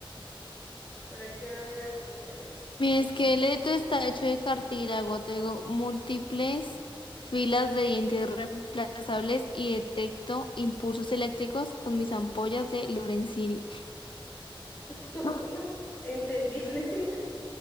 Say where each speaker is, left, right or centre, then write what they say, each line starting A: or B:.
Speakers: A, on the left; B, on the left.
A: Por ahí debe haber alguna que le busque.
B: Mi esqueleto está hecho de cartílago, tengo múltiples filas de dientes reemplazables y detecto impulsos eléctricos con mis ampollas de Lorenzini.
A: <laughs>
B: Ah,
A: Uno, entendible. <laughs>